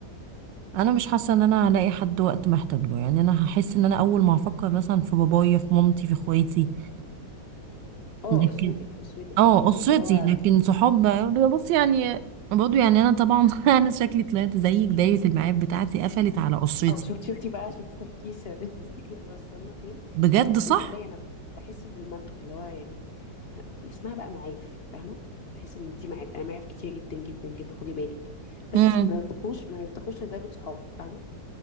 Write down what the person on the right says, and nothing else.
انا مش حاسه ان انا هلاقي حد وقت محتاج له يعني انا هحس ان انا اول ما هفكر مثلا في بابايا في مامتي في اخواتي
لكن
اه
اسرتي
لكن صحاب بقى- بص يعني برضه يعني انا طبعا <laughs> انا شكلي طلعت زيك دايرة المعارف بتاعتي قفلت على اسرتي
بجد
صح
امم